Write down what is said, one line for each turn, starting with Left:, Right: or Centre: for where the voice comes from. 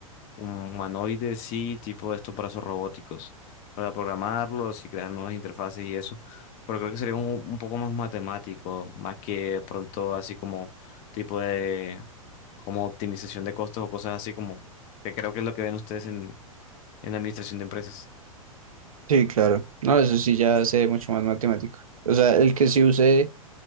Left: humanoides, sí, tipo de estos brazos robóticos, para programarlos y crear nuevas interfaces y eso. Pero creo que sería un, un poco más matemático, más que de pronto así como tipo de como optimización de costos o cosas así como que creo que es lo que ven ustedes en, en la administración de empresas.
Right: sí, claro. No, eso sí ya sé mucho más matemático. O sea, el que sí usé,